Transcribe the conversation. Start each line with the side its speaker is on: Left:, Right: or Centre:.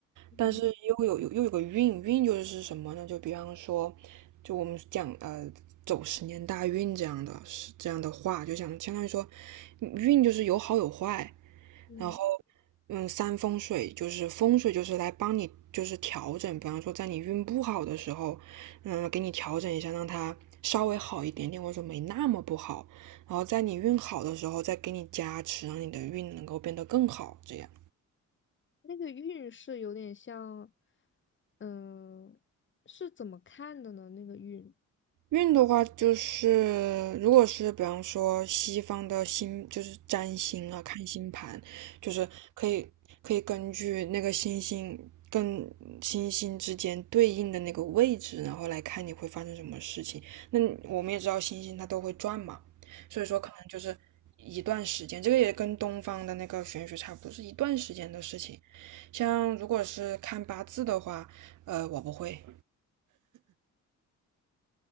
Left: 嗯，
Right: 但是又有又有个运，运就是什么呢？就比方说，就我们讲呃走十年大运这样的是这样的话，就想相当于说，运就是有好有坏，
Left: 嗯，
Right: 然后嗯三风水就是风水就是来帮你就是调整，比方说在你运不好的时候，嗯给你调整一下，让它稍微好一点点，或者说没那么不好，然后在你运好的时候再给你加持，让你的运能够变得更好，这样。
Left: 那个运是有点像，嗯、是怎么看的呢？那个运，
Right: 运的话，就是如果是比方说西方的星，就是占星啊，看星盘，就是可以可以根据那个星星跟星星之间对应的那个位置，然后来看你会发生什么事情。那我们也知道星星它都会转嘛，所以说可能就是一段时间，这个也跟东方的那个玄学差不多，是一段时间的事情。像如果是看八字的话，呃，我不会。